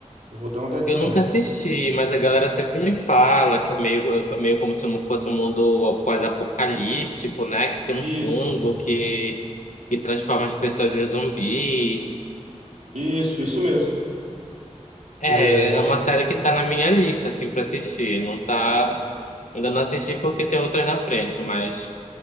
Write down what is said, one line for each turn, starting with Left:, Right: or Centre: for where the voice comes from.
Right: eu vou dar uma olhadinha
Left: Eu nunca
Right: nela.
Left: assisti, mas a galera sempre me fala que é meio, é meio como se fosse um mundo pós-apocalíptico, né? Que tem um fungo
Right: Isso,
Left: que, que transforma as pessoas em zumbis.
Right: isso, isso mesmo.
Left: É,
Right: Que é...
Left: é uma série que tá na minha lista, assim, pra assistir. Não tá. Ainda não assisti porque tem outras na frente, mas